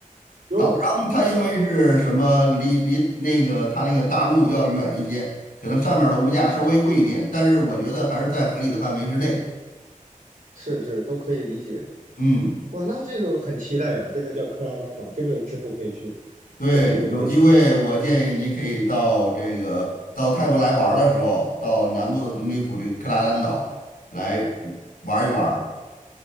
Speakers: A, on the right; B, on the left.
A: 哟，
B: 岛上它因为是什么离离那个它那个大陆要远一些，
A: 那
B: 可能上面儿的物价稍微贵一点，但是我觉得还是在合理的范围之内。
A: 是是都可以理解。
B: 嗯。
A: 哇，那这个我很期待呀、这个叫克拉丹岛，这个之后可以去，
B: 对，
A: 这之后可以去。
B: 有机会我建议你可以到这个到泰国来玩儿的时候，
A: 天呐，
B: 到南部的董里普这个克拉丹岛来玩儿一玩儿。